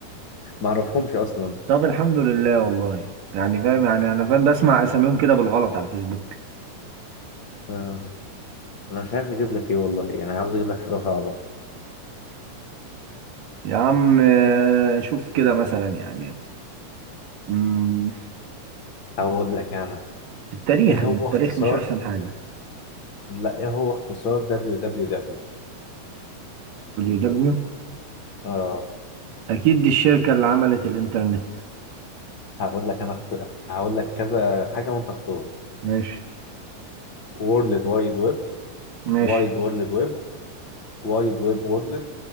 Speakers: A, on the left; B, on the right.
A: ما اعرفهمش اصلا
B: طب الحمد لله والله يعني فاهم يعني انا فاهم بسمع اساميهم كده بالغلط على الفيسبوك
A: آه انا مش عارف اجيب لك ايه والله يعني عاوز اجيب لك حاجه صعبه
B: يا عم آه، شوف كده مثلا يعني مم،
A: هقول لك انا
B: في التاريخ
A: ايه
B: ما
A: هو
B: التاريخ
A: اختصار
B: مش احسن حاجه
A: لا ايه هو اختصار دبليو دبليو دبليو
B: www
A: اه
B: اكيد دي الشركة اللي عملت الانترنت
A: هقول لك انا اخت... هقول لك كذا حاجه وانت اختار
B: ماشي
A: وورلد وايد ويب
B: ماشي
A: وايد وورلد ويب وايد ويب وورلد